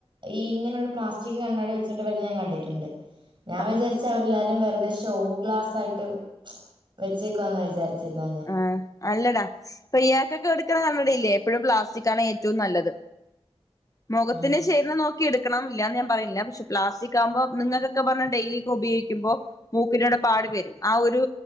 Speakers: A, on the right; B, on the left.
A: ഈ ഇങ്ങനെയുള്ള പ്ലാസ്റ്റിക് കണ്ണാടി വെച്ചന്റെ ഞാൻ കണ്ടിട്ടുണ്ട്
B: <inaudible>
A: ഞാ വിചാരിച്അവരെല്ലാരും വെറുതെ ഷോഓ ഗ്ലാസ് ആയിട്ട് വെച്ചേക്കാ ന്നാ വിചാരിച്ചിന്ന ഞാൻ..
B: ആഹ് അല്ലടാ.. പെയ്യക്കൊക്കെ കൊടുക്കണ കണ്ണടയി ല്ലേ എപ്പോഴും പ്ലാസ്റ്റിക്കാണ് ഏറ്റവും നല്ലത്. മൊഖത്തിന്
A: ആ
B: ചേരുന്നത് നോക്കി എട് ക്കണംല്ലാന്ന് ഞാൻ പറയില്ല. പക്ഷേ പ്ലാസ്റ്റി ആവുമ്പോ നിങ്ങളെക്കെവന്ന് ഡെയിലി ഉപയോക്കുമ്പോ മൂക്കിനടെ പാട് വെരും. ആ ഒരു